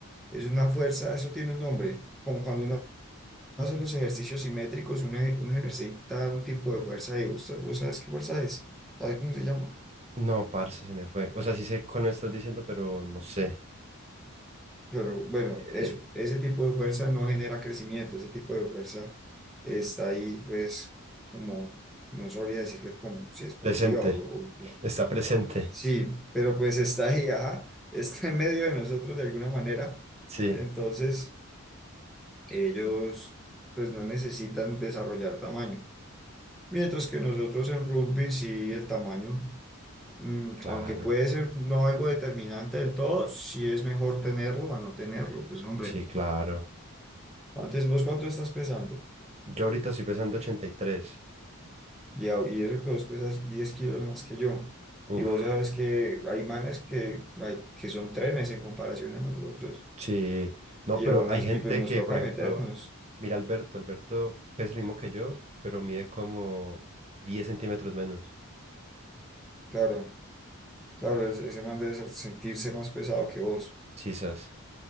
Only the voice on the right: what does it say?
No, parce, se me fue. O sea, sí sé cuál me estás diciendo, pero no sé.
Eh,
presente.
<laughs> Está presente.
Sí.
Claro.
Sí, claro.
Yo ahorita estoy pesando ochenta y tres
Uf.
Sí, no,
pero
hay
gente
que,
por ejemplo,
mira Alberto, Alberto pesa lo mismo que yo, pero mide como 10 centímetros menos.
Chisas.